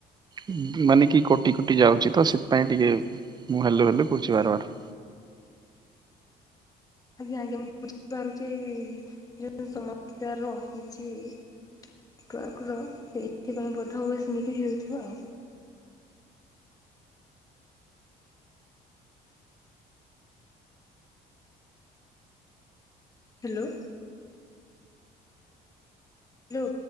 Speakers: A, on the right (about 25°); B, on the left (about 20°).
A: ଉ, ମାନେ କି କଟି କଟି ଯାଉଛି ତ ସେଥିପାଇଁ ଟିକେ ମୁଁ ହେଲୋ ହେଲୋ କରୁଛି ବାରବାର।
B: ଆଜ୍ଞା, ଆଜ୍ଞା ମୁଁ ବୁଝିପାରୁଚି ଯୋଉ ସମସ୍ୟା ରହିଛି। ନେଟୱାର୍କର ସେଇଥିପାଇଁ ବୋଧହୁଏ ସେମିତି ହେଇଥିବ ଆଉ। ହେଲୋ। ଲୋ